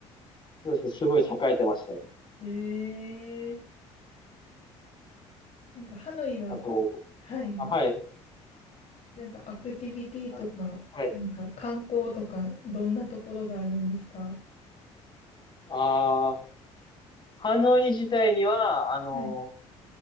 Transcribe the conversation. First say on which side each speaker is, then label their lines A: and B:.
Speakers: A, on the left; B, on the left.
A: そうですね。すごい栄えてましたね。
B: ええなんかハノイは、
A: あと、
B: はい。
A: あ、はい。
B: なんかアクティビティとか、
A: あれ。はい。
B: なんか観光とか、どんなところがあるんですか
A: ああ、ハノイ自体には、あの、
B: はい、